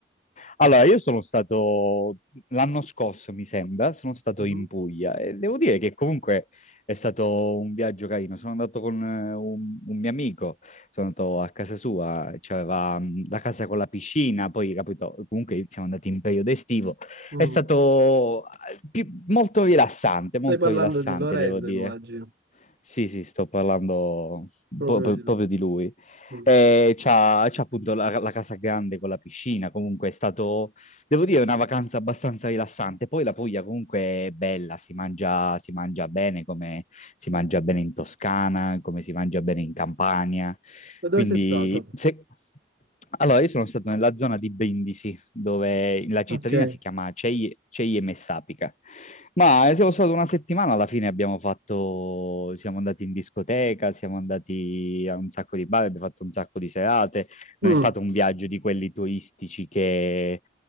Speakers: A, on the left; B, on the right.
A: Allora, io sono stato l'anno scorso, mi sembra, sono stato
B: Mhm.
A: in Puglia e devo dire che comunque è stato un viaggio carino. Sono andato con eh, un, un mio amico, sono andato a casa sua, c'aveva mh, la casa con la piscina, poi capito, comunque siamo andati in periodo estivo.
B: Mm.
A: È stato eh, pi- molto rilassante, molto
B: Stai parlando
A: rilassante,
B: di Lorenzo,
A: devo dire.
B: immagino.
A: Sì, sì, sto parlando
B: Proprio
A: po- po-
B: di
A: proprio
B: lui.
A: di lui.
B: Mm.
A: Eh, c'ha, c'ha appunto la, la casa grande con la piscina, comunque è stato Devo dire, è una vacanza abbastanza rilassante. Poi la Puglia comunque è bella, si mangia, si mangia bene, come si mangia bene in Toscana, come si mangia bene in Campania.
B: E dove
A: Quindi,
B: sei stato?
A: se... Allora, io sono stato nella zona di Brindisi, dove la cittadina
B: Ok.
A: si chiama Cei- Ceie Messapica. Ma siamo stati una settimana, alla fine abbiamo fatto, siamo andati in discoteca, siamo andati a un sacco di bar, abbiamo fatto un sacco di serate
B: Mm.
A: non è stato un viaggio di quelli turistici che,